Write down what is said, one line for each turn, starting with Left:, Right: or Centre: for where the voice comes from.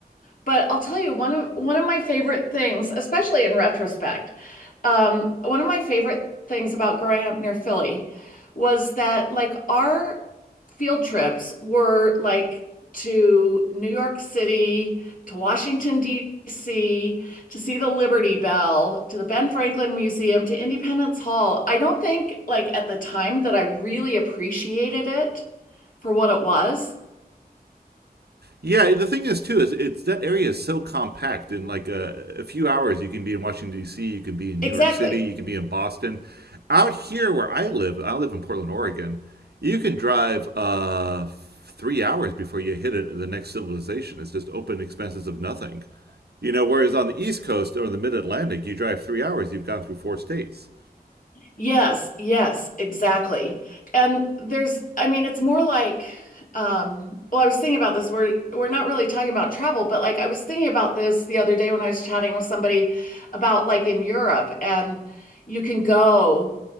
Left: But I'll tell you one of one of my favorite things, especially in retrospect, um, one of my favorite things about growing up near Philly was that like our field trips were like to New York City, to Washington, D.C., to see the Liberty Bell, to the Ben Franklin Museum, to Independence Hall. I don't think like at the time that I really appreciated it for what it was.
Right: Yeah, the thing is too is it's that area is so compact. In like a, a few hours, you can be in Washington D.C., you can be in
Left: Exactly.
Right: New York City, you can be in Boston. Out here where I live, I live in Portland, Oregon. You can drive uh, three hours before you hit it, the next civilization. It's just open expanses of nothing. You know, whereas on the East Coast or the Mid Atlantic, you drive three hours, you've gone through four states.
Left: Yes, yes, exactly. And there's, I mean, it's more like, um, well, I was thinking about this. We're we're not really talking about travel, but like I was thinking about this the other day when I was chatting with somebody about like in Europe, and you can go,